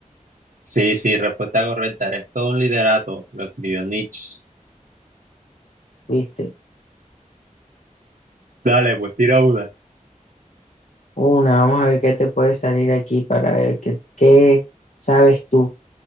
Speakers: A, on the right (about 80°); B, on the left (about 65°).
A: Sí, sí, respuesta correcta. Eres todo un literato. Lo escribió Nietzsche.
B: ¿Viste?
A: Dale, pues tira una.
B: Una, vamos a ver qué te puede salir aquí para ver qué, qué sabes tú.